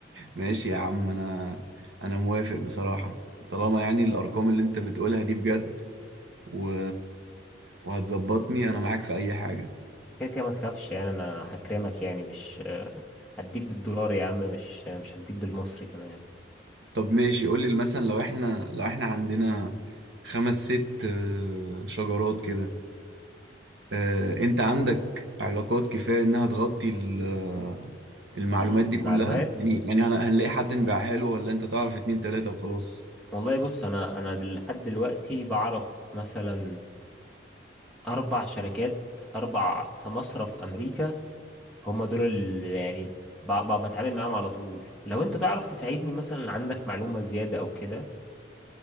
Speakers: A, on the right (about 75°); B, in the centre.
A: ماشي يا عم انا انا موافق بصراحة طالما يعني الارقام اللي انت بتقولها دي بجد و... وهتظبطني انا معاك في اي حاجة
B: كده كده ما تخافش يعني انا هكرمك يعني مش آه، هديك بالدولار يا عم مش آه، مش هديك بالمصري كمان
A: طب ماشي قول لي مثلا لو احنا لو احنا عندنا خمس ست آه، شجرات كده آه، انت عندك علاقات كفاية انها تغطي ال- آه، المعلومات
B: المعلومات
A: دي كلها يعني يعني هن- هنلاقي حد نبيعها له ولا انت تعرف اتنين تلاتة وخلاص
B: والله بص انا انا دل- لحد دلوقتي بعرف مثلا أربع شركات أربع سماسرة في أمريكا هم دول اللي يعني ب- ب- بتعامل معاهم على طول لو أنت تعرف تساعدني مثلا عندك معلومة زيادة أو كده